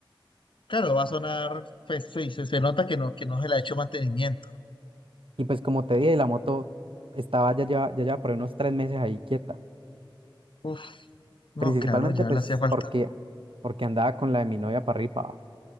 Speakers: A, on the left (about 70°); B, on the right (about 80°).
A: Claro, va a sonar, pues sí, se, se nota que no, que no se le ha hecho mantenimiento.
B: Y pues como te dije, la moto estaba ya, ya, ya, lleva por ahí unos tres meses ahí quieta.
A: Uf, no,
B: Principalmente
A: claro, ya
B: pues
A: le hacía falta.
B: porque, porque andaba con la de mi novia para arriba.